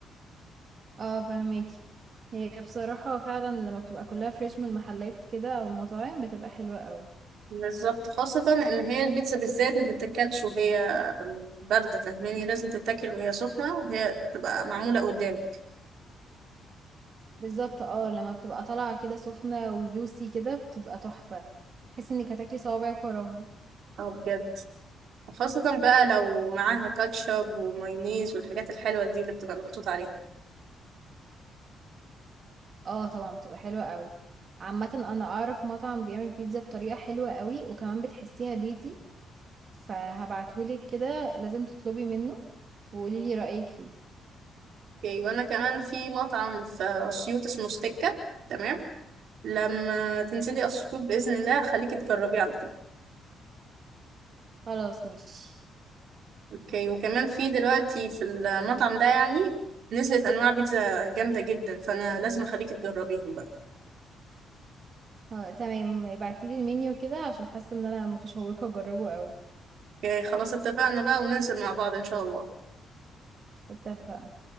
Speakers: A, on the right; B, on the right.
A: اه فهماكي هي بصراحة فعلا لما بتبقى كلها فريش من المحلات كده او المطاعم بتبقى حلوة قوي
B: بالظبط خاصة إن هي البيتزا بالذات ما تتاكلش وهي باردة فاهماني لازم تتاكل وهي سخنة وهي تبقى معمولة قدامك
A: بالظبط اه لما بتبقى طالعة كده سخنة وجوسي كده بتبقى تحفة تحسي انك هتاكلي صوابعك وراها
B: اه بجد خاصة بقى لو معاها كاتشب ومايونيز والحاجات الحلوة دي اللي بتبقى محطوط عليها
A: اه طبعا بتبقى حلوة قوي عامة انا اعرف مطعم بيعمل بيتزا بطريقة حلوة قوي وكمان بتحسيها بيتي فهبعتهولك كده لازم تطلبي منه وقوليلي رأيك فيه
B: اوكي وأنا كمان في مطعم في أسيوط اسمه ستيكة تمام لما تنزلي أسيوط بإذن الله خليكي تجربيه على طول
A: خلاص ماشي
B: اوكي وكمان في دلوقتي في المطعم ده يعني نزلت أنواع بيتزا جامدة جدا فأنا لازم أخليكي تجربيهم بقى
A: اه تمام ابعتيلي المنيو كده عشان حاسة ان انا متشوقة اجربه قوي
B: اوكي خلاص اتفقنا بقى وننزل مع بعض ان شاء الله
A: اتفقنا